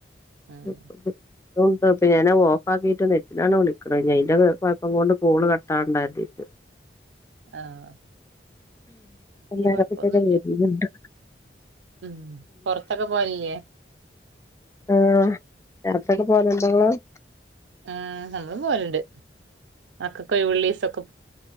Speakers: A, on the right; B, on the left.
A: ഉം
B: <unintelligible> <unintelligible> ഞാനത് ഓഫാക്കിട്ട് നെറ്റിലാണ് വിളിക്ക്‌ണത് ഞ്ഞി അയ്ന്റെ കൊഴപ്പം കൊണ്ട് ഫോണ് കട്ടാവണ്ടാ ര്തിട്ട്
A: ആഹ് വല്യ
B: ന്നാരൊക്കെക്കെ
A: കൊഴപ്പൊന്നുല്ല
B: വെര്ന്ന്ണ്ട്
A: ഉം പൊർത്തൊക്കെ പോവലില്ലേ
B: ആഹ് യാത്രക്കെ പോവല്ണ്ടോ ങ്ങളും
A: ഉം നമ്മളും പോവൽണ്ട് മക്കക്ക്‌ ഒഴ്വ്ള്ളീസൊക്കെ